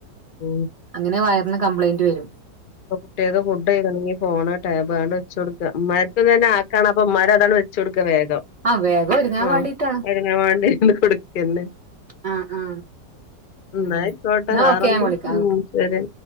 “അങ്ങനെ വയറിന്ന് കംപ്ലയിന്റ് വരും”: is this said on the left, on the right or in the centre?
Right